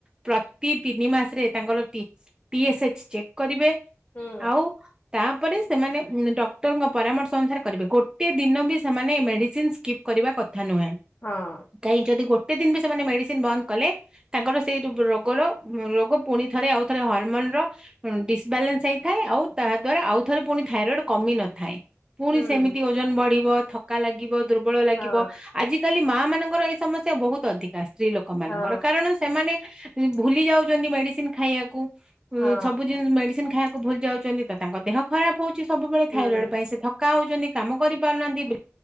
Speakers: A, on the right; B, on the left.
A: ପ୍ରତି ତିନି ମାସରେ ତାଙ୍କର ଟି-ଟି ଏସ ଏଚ ଚେକ୍ କରିବେ।
B: ହୁଁ
A: ଆଉ ତାପରେ ସେମାନେ ଡକ୍ଟରଙ୍କ ପରାମର୍ଶ ଅନୁସାରେ କରିବେ, ଗୋଟେ ଦିନ ବି ସେମାନେ ମେଡ଼ିସିନ୍ ସ୍କିପ୍ କରିବା କଥା କଥା ନୁହେଁ,
B: ହଁ
A: କାହିଁ ଯଦି ଗୋଟେ ଯେତେ ଦିନ ବି ସେମାନେ ମେଡ଼ିସିନ୍ ବନ୍ଦ କଲେ ତାଙ୍କର ସେଇ ରୋଗର ରୋଗ ପୁଣି ଥରେ ଆଉ ଥରେ ହରମୋନ୍ ର ଡିସବ୍ୟାଲାନ୍ସ ହେଇଥାଏ ଆଉ ତାହାଦ୍ଵାରା ଆଉଥରେ ପୁଣି ଥାଇରଏଡ୍‌ କମିନଥାଏ, ପୁଣି
B: ହୁଁ
A: ସେମିତି ଓଜନ ବଢ଼ିବ ଥକା ଲାଗିବ ଦୁର୍ବଳ ଲାଗିବ
B: ହଁ
A: ଆଜିିକାଲି ମାଆ ମାନଙ୍କର ଏଇ ସମସ୍ୟା ବହୁତ ଅଧିକ। ତା ସ୍ତ୍ରୀ ଲୋକ ମାନଙ୍କର
B: ହଁ
A: କାରଣ ସେମାନେ ଭୁଲି ଯାଉଛନ୍ତି ମେଡିସିନ୍ ଖାଇବାକୁ। ଉ
B: ହଁ
A: ସବୁଦିନ୍ ମେଡିସିନ୍ ଖାଇବାକୁ ଭୁଲି ଯାଉଛନ୍ତି ତ ତାଙ୍କ ଦେହ ଖରାପ ହଉଛି। ସବୁବେଳେ
B: ହୁଁ
A: ଥାଇରଏଡ୍ ପାଇଁ ସେ ଥକା ହଉଛନ୍ତି କାମ କରିପାରୁନାହାନ୍ତି, ବି